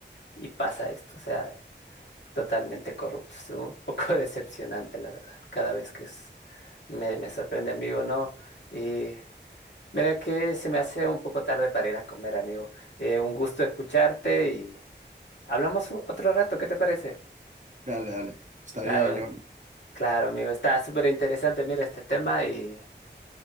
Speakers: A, on the left (about 70°); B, on the right (about 40°).
A: y pasa esto. O sea, totalmente corrupto. Es un poco <laughs> decepcionante, la verdad. Cada vez que es- me, me sorprende, amigo, ¿no? Y mira que se me hace un poco tarde para ir a comer, amigo. Eh, un gusto escucharte y hablamos u- otro rato, ¿qué te parece?
B: Dale, dale. Está
A: Claro,
B: bien, yo.
A: claro, amigo. Está súper interesante, mira, este tema y...